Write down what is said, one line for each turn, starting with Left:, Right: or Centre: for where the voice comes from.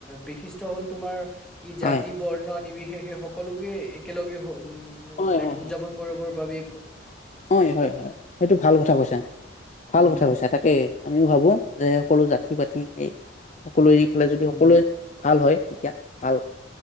Centre: বিশিষ্ট্ হ'ল তোমাৰ ই জাতি
Left: হয়
Centre: বৰ্ণ নিৱ সেই সকলোকে একেলগে উম
Left: হয় হয়
Centre: লাইক
Left: হয়
Centre: উদযাপন কৰিব ভাৱি একো
Left: হয় হয় হয় সেইটো ভাল কথা ক কৈছা ভাল
Centre: উম
Left: কথা কৈছা তাকে আমিও ভাবো যে সকলো জাতি পাতি স সকলো এৰি ফালে যদি
Centre: উম
Left: সকলোৱে ভাল হয়। এতিয়া ভাল